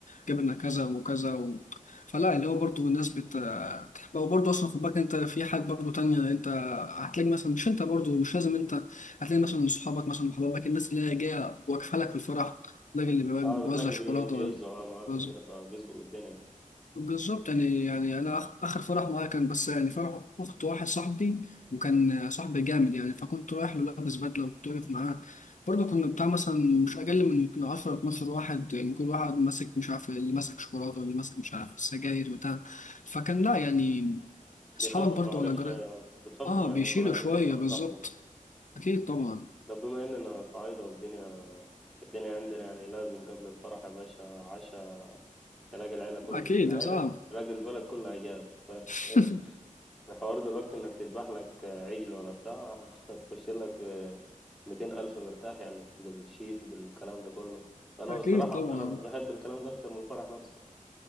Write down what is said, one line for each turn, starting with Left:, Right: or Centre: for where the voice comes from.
Left: جبنا كذا وكذا و... فلا اللي هو برضه الناس بت هو برضه اصلا خد بالك انت في حاجات برضه تانية انت هتلاقي مثلا مش انت برضه مش لازم انت هتلاقي مثلا صحابك مثلا وحبايبك الناس اللي هي جايه واقفه لك في الفرح الراجل اللي
Centre: اه
Left: بيوزع
Centre: بتلاقي
Left: شوكولاته
Centre: بي... بيوزعوا
Left: ولا
Centre: اه معاك
Left: بيوزع
Centre: وكده فبيظبط الدنيا
Left: بالظبط يعني يعني انا آخ- اخر فرح معايا كان بس يعني فرح اخت واحد صاحبي وكان صاحبي جامد يعني فكنت رايح له لابس بدله وكنت واقف معاه برضه كنا بتاع مثلا مش اقل من يمكن 10 12 واحد يعني كل واحد ماسك مش عارف اللي ماسك شوكولاته واللي ماسك مش عارف سجاير بتاع فكان لا يعني
Centre: بيخففوا
Left: اصحابك برضه
Centre: عليك
Left: ولا جرى
Centre: شوية بتخفف
Left: اه
Centre: عن
Left: بيشيلوا
Centre: كل واحد
Left: شويه
Centre: بيخفف على
Left: بالظبط
Centre: صاحبه
Left: اكيد طبعا
Centre: طب بما إننا صعايدة والدنيا الدنيا عندنا يعني لازم قبل الفرح يا باشا عشاء تلاقي العيلة كل
Left: اكيد
Centre: العيلة
Left: صعب
Centre: تلاقي البلد كلها جات ف-
Left: <laughs>
Centre: <laughs> الحوار دلوقتي إنك تذبح لك عجل ولا بتاع <laughs> هتخش لك في 200 ألف مرتاح يعني بالشيف بالكلام ده كله فأنا
Left: اكيد
Centre: بصراحة
Left: طبعا
Centre: أنا بحب الكلام ده أكتر من الفرح نفسه